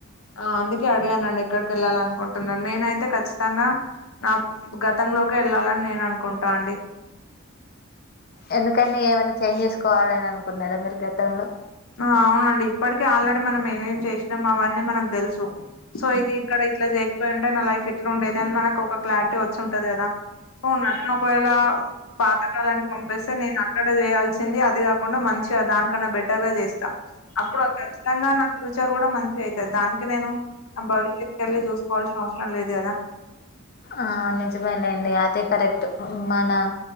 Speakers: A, on the left; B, on the left.
A: ఆ అందుకే అడిగానండి ఎక్కడికి వెళ్ళాలి అనుకుంటున్నాను నేనైతే ఖచ్చితంగా నా గతంలోకి వెళ్ళాలని నేను అనుకుంటా అండి
B: ఎందుకని ఏమైనా చేంజ్ చేసుకోవాలని అనుకున్నారా మీరు గతంలో
A: ఆ అవునండి ఇప్పటికే ఆల్రెడీ మనం ఏమేం చేసినాం అవన్నీ మనకు తెలుసు సో ఇది ఇక్కడ ఇట్లా జరిగిపోయి ఉంటే నా లైఫ్ ఇట్లా ఉండేది అని మన ఒక క్లారిటీ వచ్చి ఉంటది కదా సో నన్ను ఒకవేళ పాతకాలానికి పంపిస్తే నేను అక్కడ చేయాల్సింది అది కాకుండా మంచి దానికన్నా బట్ చేస్తా అప్పుడు ఖచ్చితంగా నా ఫ్యూచర్ కూడా మంచి అయితది దానికి నేను భవిష్యత్ కెళ్ళి చూసుకోవాల్సిన అవసరం లేదు కదా
B: ఆ నిజమేలేండి అది కరెక్ట్ మన